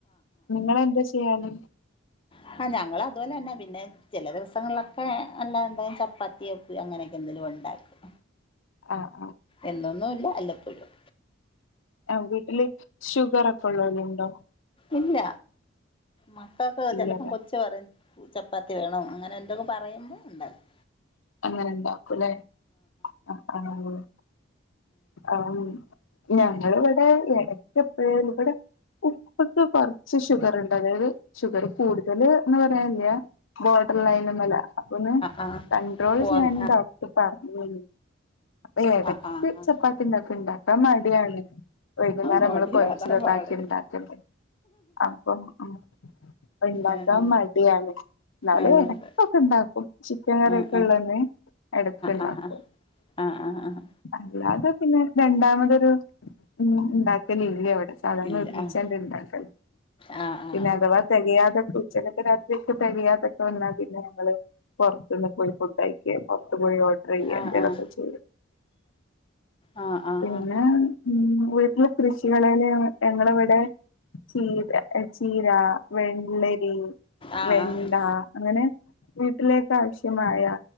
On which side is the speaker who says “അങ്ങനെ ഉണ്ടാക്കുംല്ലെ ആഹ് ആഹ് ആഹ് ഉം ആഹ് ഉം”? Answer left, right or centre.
Left